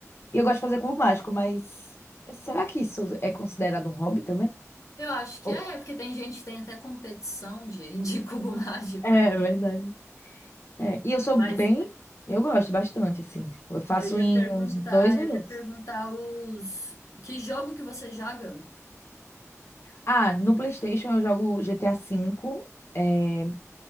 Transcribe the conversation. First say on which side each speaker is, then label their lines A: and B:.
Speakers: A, on the left (about 50°); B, on the left (about 75°).
A: E eu gosto de fazer cubo mágico, mas será que isso é considerado um hobby também?
B: Eu acho que
A: Ou-
B: é, porque tem gente que tem até competição de, de cubo <laughs> mágico.
A: É verdade. É, e eu sou
B: Mas
A: bem, eu gosto bastante, assim. tipo, eu faço
B: eu ia
A: em
B: perguntar,
A: uns dois minutos.
B: eu ia perguntar os que jogo que você joga?
A: Ah, no PlayStation eu jogo GTA V, é,